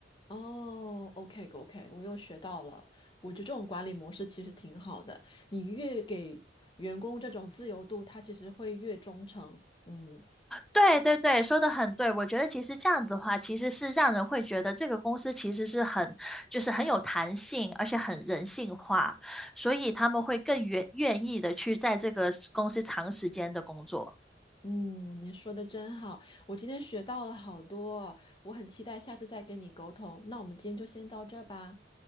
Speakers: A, on the left (about 25°); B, in the centre.
A: 哦，OK OK，我又学到了。我觉得这种管理模式其实挺好的，你越给员工这种自由度，他其实会越忠诚。嗯
B: 对对对，说的很对。我觉得其实这样子的话，其实是让人会觉得这个公司其实是很，就是很有弹性，而且很人性化，所以他们会更愿愿意的去在这个公司长时间的工作。
A: 嗯，你说的真好，我今天学到了好多，我很期待下次再跟你沟通。那我们今天就先到这吧，